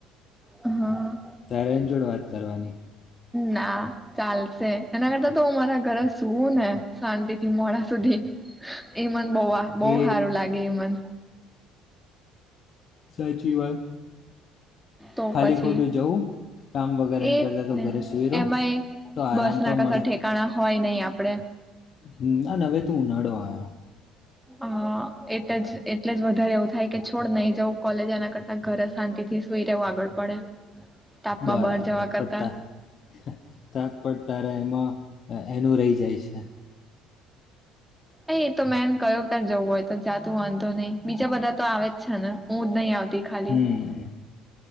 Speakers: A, in the centre; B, on the left.
A: હા
B: ત્યારે એની જોડ વાત કરવાની.
A: ના ચાલશે એના કરતા તો મારા ઘરે સુવું ને શાંતિ થી મોડા સુધી એ મ. બ બહુ
B: એ
A: સારું લાગે એ મને.
B: સાચી વાત.
A: તો
B: ખાલી
A: પછી
B: ખોટું જવું કામ વગેરેને
A: એ
B: કરતા તો
A: ને
B: ઘરે સુઈરો
A: એમાંય
B: તો આરામ
A: બસ
B: તો
A: ના કશા
B: મળે.
A: ઠેકાણા હોય નહ આપડે.
B: હમ અને હવે તું ઉનાળો આવયો
A: હ એટ એટલે જ વધારે એવું થાય કે થોડ નહી જવું કોલેજ એના કરતા ઘરે શાંતિ થી સુઈ રહેવું આગળ પડે તાપમાં
B: બરાબર
A: બહાર જવા કરતા
B: પતા પ તારે એમાં એનું રહી જાય છે.
A: અ એ તો મેમ કયો ત જવું હોય તો જાતું વાંધો નઈ બીજા બધા તો આવે જ છે ને હું જ નહી આવતી. ખાલી
B: હમ